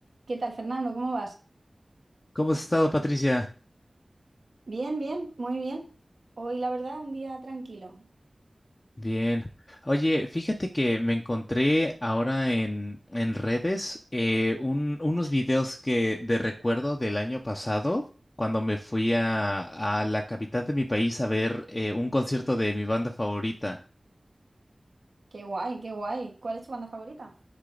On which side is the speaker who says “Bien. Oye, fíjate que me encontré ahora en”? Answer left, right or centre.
Left